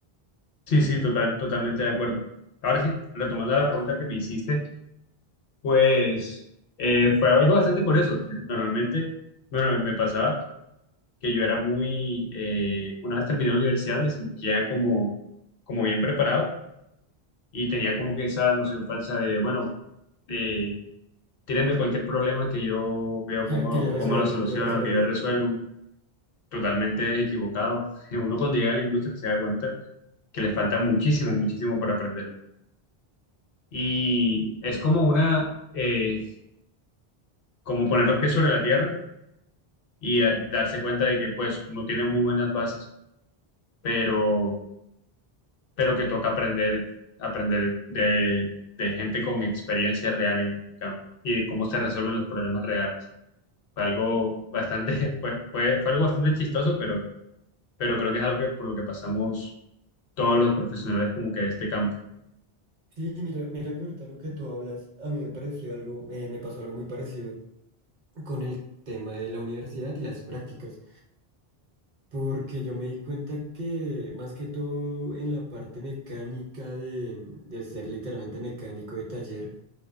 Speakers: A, on the left; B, on the right.
A: Sí, sí, total, totalmente de acuerdo. Ahora sí, retomando la pregunta que me hiciste, Pues eh, fue algo bastante curioso. Normalmente, bueno, me, me pasaba que yo era muy, eh, una vez terminé la universidad me sentía como, como bien preparado y tenía como que esa noción falsa de, bueno, eh, tírenme cualquier problema que yo veo
B: <laughs>
A: cómo,
B: Que ya resuelvo,
A: cómo lo soluciono,
B: ya resuelvo.
A: que yo resuelvo, totalmente equivocado. <laughs> Uno cuando llega a la industria se da cuenta que le falta muchísimo, muchísimo por aprender. Y es como una, eh, como poner los pies sobre la tierra y eh, darse cuenta de que pues no tiene muy buenas bases, pero, pero que toca aprender, aprender de, de gente con experiencia real en campo y de cómo se resuelven los problemas reales. Fue algo bastante, <laughs> fue, fue, fue algo bastante chistoso, pero, pero creo que es algo que por lo que pasamos todos los profesionales como que de este campo.
B: Sí, mira, mira que ahorita lo que tú hablas, a mí me pareció algo, eh, me pasó algo muy parecido con el tema de la universidad y las prácticas, porque yo me di cuenta que más que todo en la parte mecánica de, de ser literalmente mecánico de taller,